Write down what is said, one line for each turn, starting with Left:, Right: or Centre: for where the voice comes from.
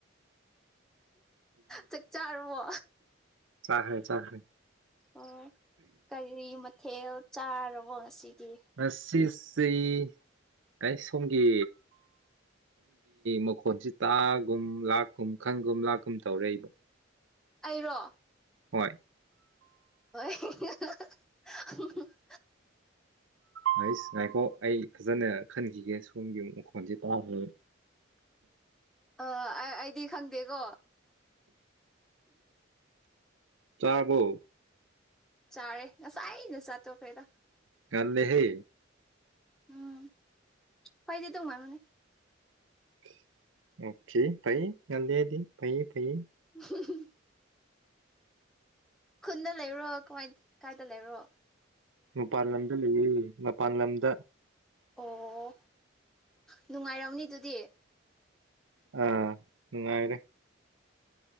Centre: ꯆꯥꯛ ꯆꯥꯔꯕꯣ
Right: ꯆꯥꯈꯔꯦ ꯆꯥꯈꯔꯦ
Centre: ꯑꯣ ꯀꯔꯤ ꯃꯊꯦꯜ ꯆꯥꯔꯕꯣ ꯉꯁꯤꯗꯤ
Right: <unintelligible> ꯁꯨꯝꯒꯤ ꯃꯈꯣꯟꯁꯤ ꯇꯥꯒꯨꯝ ꯂꯥꯛꯀꯨꯝ ꯈꯪꯒꯨꯝ ꯂꯥꯛꯀꯨꯝ ꯇꯧꯔꯛꯏꯕꯣ
Centre: ꯑꯩꯔꯣ
Right: ꯍꯣꯏ
Centre: <unintelligible> <unintelligible>
Right: ꯍꯁ ꯉꯥꯏꯈꯣ ꯑꯩ ꯐꯖꯅ ꯈꯟꯈꯤꯒꯦ ꯁꯣꯝꯒꯤ ꯑꯃꯨꯛ ꯃꯈꯣꯟꯁꯦ ꯇꯥꯈ꯭ꯔꯦ
Centre: ꯑ ꯑꯩꯗꯤ ꯈꯪꯗꯦꯀꯣ
Right: ꯆꯥꯔꯕꯣ
Centre: ꯆꯥꯔꯦ ꯉꯁꯥꯏꯅ ꯆꯇꯣꯈꯔ꯭ꯦꯗꯥ
Right: ꯉꯟꯂꯦꯍꯦ
Centre: <unintelligible>
Right: <unintelligible>
Centre: <unintelligible> ꯈꯨꯟꯗ ꯂꯩꯔꯣ ꯀꯃꯥꯏ ꯀꯥꯏꯗ ꯂꯩꯔꯣ
Right: ꯃꯄꯥꯟ ꯂꯝꯗ ꯂꯩꯌꯦ ꯃꯄꯥꯟ ꯂꯝꯗ
Centre: ꯑꯣ ꯅꯨꯡꯉꯥꯏꯔꯝꯅꯤ ꯑꯗꯨꯗꯤ
Right: ꯎꯝ ꯅꯨꯡꯉꯥꯏꯔꯦ